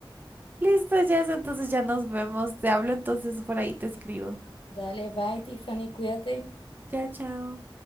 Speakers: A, on the right; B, on the left.
A: Listo, Jess, entonces ya nos vemos. Te hablo entonces por ahí, te escribo.
B: Dale, bye, Tiffany, cuídate.
A: Chao, chao.